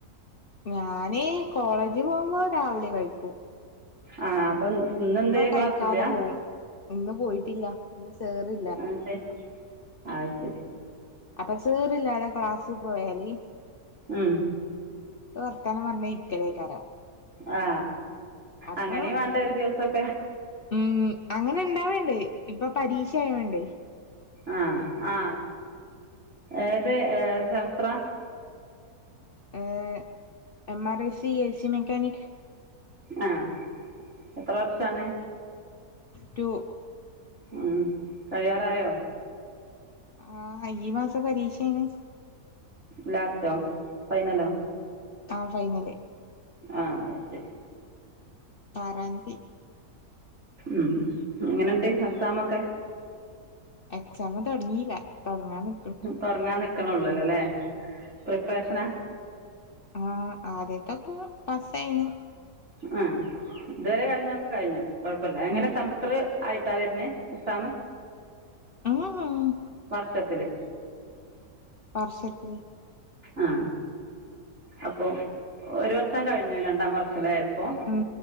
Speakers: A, on the left; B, on the right.
A: ഞാനേ കോളേജ് പോകുമ്പോ രാവിലെ കഴിക്കൂ
B: ആ, അപ്പൊ ഇന്ന് എന്നെ
A: കഴിക്കാതെ
B: ക്ലാസ്സില്ല
A: പോവും ഇന്ന് പോയിട്ടില്ല ഇ ചേറി
B: ആതെ ആ ശരി
A: അപ്പൊ സേറില്ലാതെ ക്ലാസ്ൽ പോയാല്
B: ഉം
A: വർത്തനം പറഞ്ഞ ഇരിക്കലേക്കാരം
B: ആ
A: അപ്പം
B: അങ്ങനെയും വേണ്ട ഒരു ദിവസൊക്കെ
A: ഉം അങ്ങനെ ഇണ്ടാവേണ്ട്, ഇപ്പ പരീക്ഷ ആയോണ്ട്
B: ആ ആ ഏത് <unintelligible>
A: ഏഹ് M R C AC mechanic.
B: ആഹ എത്ര വർഷാണ്.
A: ടൂ
B: ഉം കഴിയാറിയോ?
A: ആ, ഈ മാസം പരീക്ഷയാണ്.
B: ലാസ്റ്റോ, ഫൈനലോ?
A: ആ ഫൈനല്.
B: ആ, ശരി
A: ആറാംതി
B: ഉം എങ്ങനെണ്ട് എക്സാമൊക്കെ
A: എക്സാം തുടങ്ങിയില്ല തുടങ്ങാന്ന്
B: തുടങ്ങാൻ നിക്കണുള്ളല്ലോ അല്ലേ പ്രിപ്പറേഷനാ
A: ആ ആദ്യത്തെൊെക്കെ പാസ്സ് ആയി.
B: ആ ഇതുവരെ കഴിഞ്ഞൊക്കെ കഴിഞ്ഞു കുഴപ്പമില്ല എങ്ങനെ
A: ഉം
B: സ എത്ര ആയിട്ടാണ് വരുന്നെ എക്സാമ്
A: ഉം
B: വർഷത്തില്
A: വർഷത്തി
B: ആ അപ്പോൾ ഒരു വർഷം കഴിഞ്ഞു രണ്ടാം വർഷ അല്ലെ അപ്പോൾ?
A: ഉം